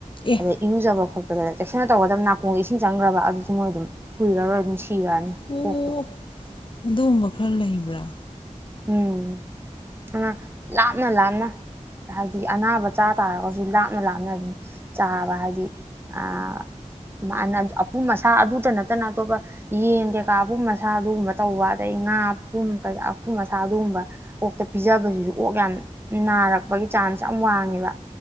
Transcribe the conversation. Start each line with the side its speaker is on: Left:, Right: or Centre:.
Left: ꯑꯦ
Right: ꯑꯗ ꯏꯔꯨꯖꯕ ꯈꯣꯠ ꯑꯗ ꯆꯦꯛꯁꯟꯅ ꯇꯧꯒꯗꯕ ꯅꯥꯀꯣꯡꯗ ꯏꯁꯤꯡ ꯆꯪꯒ꯭ꯔꯕ ꯑꯗꯨꯁꯨ ꯃꯣꯏ ꯑꯗꯨꯝ ꯀꯨꯏꯔꯔꯣꯏ ꯑꯗꯨꯝ ꯁꯤ ꯁꯤꯒ꯭‌ꯔꯅꯤ
Left: ꯑꯣ
Right: ꯑꫭꯛꯇꫭ
Left: ꯑꯗꯨꯒꯨꯝꯕ ꯈꯔ ꯂꯩꯕ꯭ꯔꯥ
Right: ꯎꯝ <unintelligible> ꯂꯥꯞꯅ ꯂꯥꯞꯅ ꯍꯥꯏꯗꯤ ꯑꯅꯥꯕ ꯆꯥ ꯇꯥꯔꯒꯁꯨ ꯂꯥꯞꯅ ꯂꯥꯞꯅ ꯑꯗꯨꯝ ꯆꯥꯕ ꯍꯥꯏꯗꯤ ꯑ ꯃꯥꯅ ꯑꯄꯨꯝ ꯑꯁꯥ ꯑꯗꯨꯇ ꯅꯠꯇꯅ ꯑꯇꯣꯞꯄ ꯌꯦꯟ ꯀꯩꯀꯥ ꯑꯄꯨꯝ ꯑꯁꯥ ꯑꯗꯨꯒꯨꯝꯕ ꯇꯧꯕ ꯑꯗꯒꯤ ꯉꯥ ꯄꯨꯝ ꯀꯩ ꯑꯁꯥ ꯑꯗꯨꯒꯨꯝꯕ ꯑꯣꯛꯇ ꯄꯤꯖꯕꯁꯤꯁꯨ ꯑꯣꯛ ꯌꯥꯝ ꯅꯥꯔꯛꯄꯒꯤ ꯆꯥꯟꯁ ꯌꯥꯝ ꯋꯥꯡꯉꯦꯕ